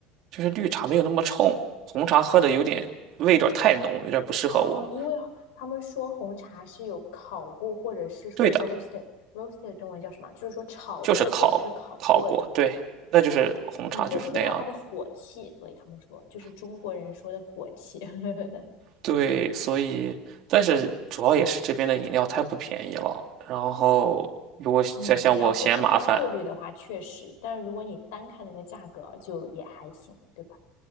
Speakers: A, on the right; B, on the left.
A: 就是绿茶没有那么冲，红茶喝的有点味道太浓，有点不适合我。
B: 哦，因为他们说红茶是有烤过，或者是说
A: 对的，
B: roasted，roasted 中文叫什么？就是说炒过或者是烤过的，
A: 就是烤烤过，对，那就是红茶就是那样的
B: 你会喝到它的火气，所以他们说就是中国人说的火气。<laughs>
A: 对，所以但是主要也是这边的饮料太不便宜了，然后如果再像我嫌麻烦，
B: 嗯，你要是换算汇率的话，确实，但是如果你单看那个价格，就也还行，对吧？